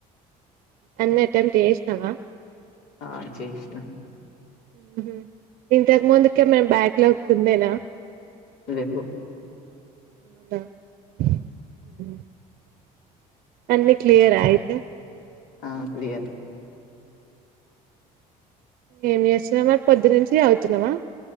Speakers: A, on the right; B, on the left.
A: అన్నీ అటెప్ట్ చేస్నవా
B: ఆ చేష్నా
A: హ్మ్ హు ఇంతకు ముందుకేమైనా బ్యాక్ లాగ్స్ ఉండేనా
B: లేవు
A: అవున హ్మ్ అన్ని క్లియరా అయితే
B: ఆ క్లియర్
A: ఏమ్ చేస్తున్నావ్ మరి పొద్దు నుంచి చదుతున్నవా